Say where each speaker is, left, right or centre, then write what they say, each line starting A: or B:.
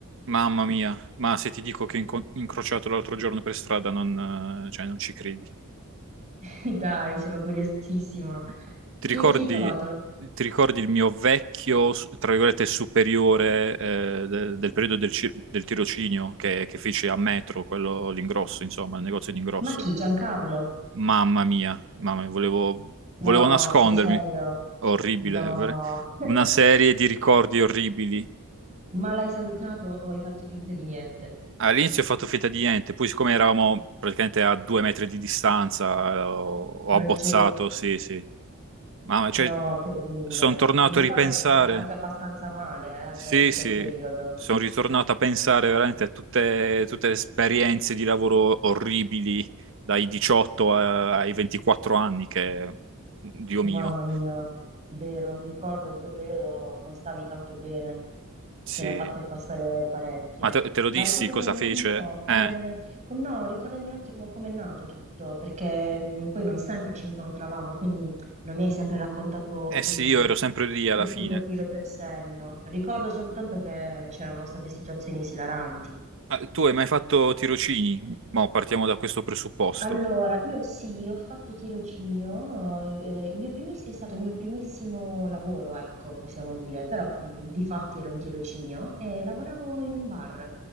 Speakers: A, on the right; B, on the right.
A: Mamma mia, ma se ti dico che ho inco- incrociato l'altro giorno per strada, non, eh, cioè, non ci credi.
B: <laughs> Dai, sono curiosissima.
A: Ti
B: Chi,
A: ricordi,
B: chi hai trovato?
A: ti ricordi il mio vecchio, s- tra virgolette, superiore eh, de- del periodo del, ci- del tirocinio che, che feci a Metro, quello l'ingrosso, insomma, il negozio di ingrosso?
B: Ma chi? Giancarlo?
A: Mamma mia, mamma mia, volevo,
B: No,
A: volevo nascondermi.
B: sei serio?
A: Orribile,
B: No.
A: ver-
B: <laughs>
A: una serie di ricordi orribili.
B: Ma l'hai salutato o hai fatto finta di niente?
A: All'inizio ho fatto finta di niente, poi siccome eravamo praticamente a due metri di distanza, eh, ho,
B: Ok,
A: ho abbozzato, sì, sì. Ma cioè,
B: no, terribile.
A: sono tornato
B: Mi ricordo
A: a ripensare,
B: che sei stato anche abbastanza male,
A: sì,
B: eh, per- in quel
A: sì,
B: periodo.
A: sono ritornato a pensare veramente a tutte, tutte le esperienze di lavoro orribili dai 18 a- ai 24 anni che, Dio
B: Mamma
A: mio,
B: mia, vero, mi ricordo in quel periodo non stavi tanto bene,
A: sì.
B: te ne ha fatte passare parecchie.
A: Ma te, te lo
B: Ma
A: dissi
B: ricordami
A: cosa
B: un,
A: fece?
B: un po' come,
A: Eh,
B: com- no, ricordami un attimo com'è nato tutto, perché mm, poi non sempre ci incontravamo, quindi non mi hai sempre raccontato
A: eh sì,
B: mm,
A: io ero sempre lì
B: tutto
A: alla fine.
B: per filo e per segno. Ricordo soltanto che c'erano state situazioni esilaranti.
A: Ah, tu hai mai fatto tirocini? Mo, partiamo da questo presupposto.
B: Allora, io sì, ho fatto tirocinio, eh, eh, il mio primis- è stato il mio primissimo lavoro, ecco, possiamo dire, però mh, di fatti era un tirocinio e lavoravo in un bar,